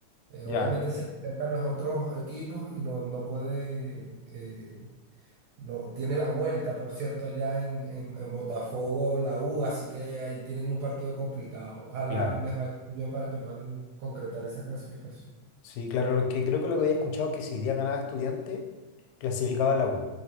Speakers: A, on the right (about 75°); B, on the left (about 80°).
A: Eh,
B: ya,
A: obviamente se acercan los otros equipos y no, no puede, eh, no, tiene la vuelta, por cierto, allá en, en, en Botafogo, la U, así que ahí tienen un partido complicado. Ojalá
B: claro.
A: les vaya muy bien para que puedan concretar esa clasificación.
B: Sí, claro, que creo que lo que había escuchado que si hoy día ganaba estudiante, clasificaba a la U.